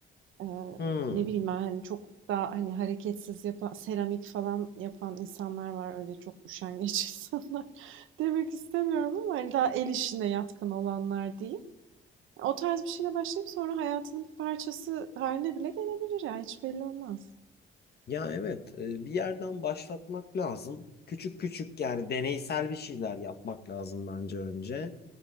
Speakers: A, on the right; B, on the left.
A: Eee,
B: Hmm.
A: ne bileyim ben hani çok daha hani hareketsiz yapan, seramik falan yapan insanlar var. Öyle çok üşengeç <laughs> insanlar demek istemiyorum ama hani daha el işine yatkın olanlar diyeyim. O tarz bir şeyle başlayıp sonra hayatının bir parçası haline bile gelebilir ya. Hiç belli olmaz.
B: Ya evet, e, bir yerden başlatmak lazım. Küçük küçük yani deneysel bir şeyler yapmak lazım bence önce.